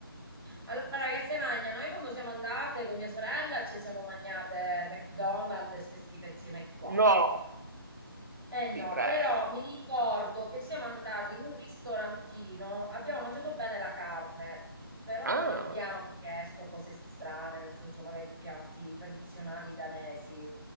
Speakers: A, in the centre; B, on the right (about 50°).
A: Allora, che se mangia? Noi quando siamo andate con mia sorella ci siamo mangiate McDonald's e ste schifezzine qua.
B: No,
A: Eh no,
B: Ti prego.
A: però mi ricordo che siamo andati in un ristorantino, abbiamo mangiato bene la carne, però
B: Ah,
A: non abbiamo chiesto cose strane, nel senso magari piatti tradizionali danesi.